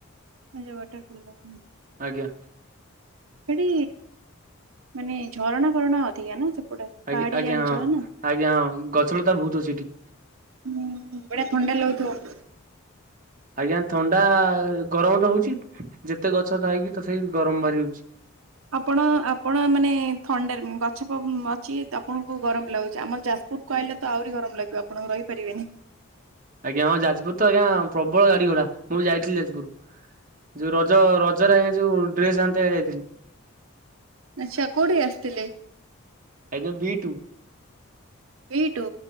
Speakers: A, on the right; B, on the right.
A: ଆ ଯୋଉ ୱାଟରଫଲ ଟା।
B: ଆଜ୍ଞା।
A: ସେଠି ମାନେ ଝରଣା ଫରଣା ଅଧିକା ନା ସେପଟେ।
B: ଆଜ୍ଞା
A: ପାହାଡିଆ
B: ଆଜ୍ଞା
A: ଅଞ୍ଚଳ
B: ହଁ
A: ନା।
B: ଆଜ୍ଞା ହଁ ଗଛ ଲତା ବହୁତ ଅଛି ସେଠି।
A: ହୁଁ ବଢିଆ ଥଣ୍ଡା ଲାଗୁଥିବ।
B: ଆଜ୍ଞା ଥଣ୍ଡା ଗରମ ତ ହଉଛି ଯେତେ ଗଛ ଥାଇକି ତଥାପି ଗରମ ବାରି ହଉଛି।
A: ଆପଣ ଆପଣ ମାନେ ଥଣ୍ଡାରେ ଗଛ ଅଛି ଆପଣଙ୍କୁ ଗରମ ଲାଗୁଛି ଆମର ଚାଷ କୁଟ କହିଲେ ତ ଆହୁରି ଗରମ ଲାଗିବ ଆପଣକୁ ରହିପାରିବେନି।
B: ଆଜ୍ଞା ହଁ ଯାଜପୁର ତ ଆଜ୍ଞା ପ୍ରବଳ ଗାଡି ଘୋଡା ମୁଁ ଯାଇଥିଲି ଯାଜପୁରୁ। ଯୋଉ ରଜ ରଜ ଆଞା ଯୋଉ ଡ୍ରେସ ଆଣିତେ ଯାଇଥିଲି।
A: ଆଚ୍ଛା କୋଉଠି ଆସିଥିଲେ?
B: ଆଜ୍ଞା ବିି ଟୁ।
A: ବି ଟୁ